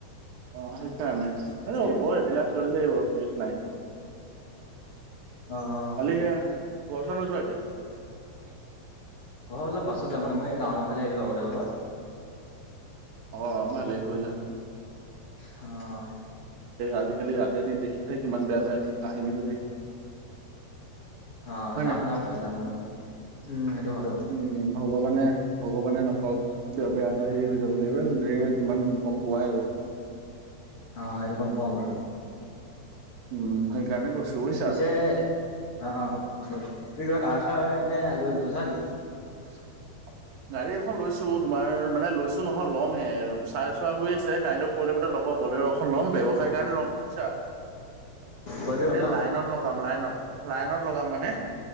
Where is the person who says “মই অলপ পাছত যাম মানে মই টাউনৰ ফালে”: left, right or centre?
Left